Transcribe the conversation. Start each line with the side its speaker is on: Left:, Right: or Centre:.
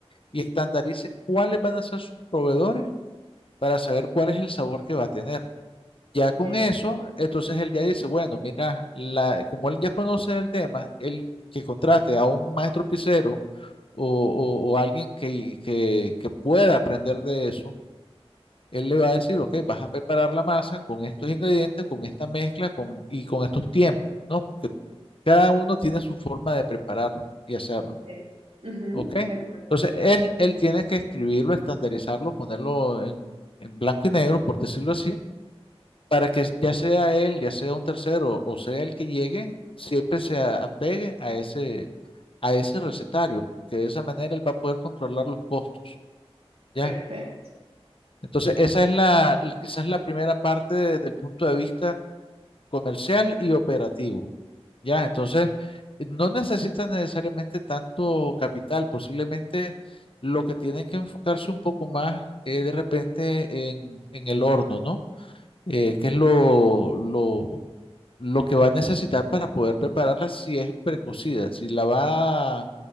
Left: y estandarice cuáles van a ser sus proveedores para saber cuál es el sabor que va a tener. Ya
Right: Ya.
Left: con eso, entonces él ya dice, bueno, mira, la, como él ya conoce el tema, él que contrate a un maestro pizzero o, o- o alguien que, que, que pueda aprender de eso, él le va a decir, ok, vas a preparar la masa con estos ingredientes, con esta mezcla con, y con estos tiempos, ¿no? Cada uno tiene su forma de prepararlo y hacerlo,
Right: Sí. Ujú,
Left: ¿ok?
Right: De acuerdo.
Left: Entonces, él, él tiene que escribirlo, estandarizarlo, ponerlo en, en blanco y negro, por decirlo así, para que ya sea él, ya sea un tercero o sea el que llegue, siempre se a- apegue a ese, a ese recetario, que de esa manera él va a poder controlar los costos, ¿ya?
Right: Perfecto.
Left: Entonces, esa es la, quizás la primera parte de- del punto de vista comercial y operativo. Ya, entonces, no necesitan necesariamente tanto capital, posiblemente lo que tienen que enfocarse un poco más es de repente en, en el horno, ¿no? Eh, que es lo, lo, lo que va a necesitar para poder prepararla si es precocida, si la va